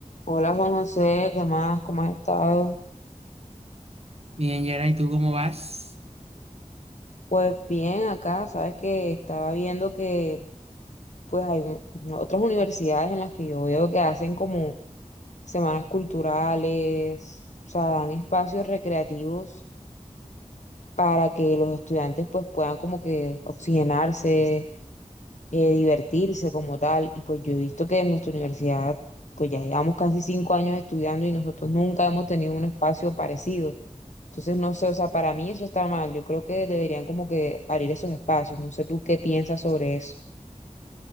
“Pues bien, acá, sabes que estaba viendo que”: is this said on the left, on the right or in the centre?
Left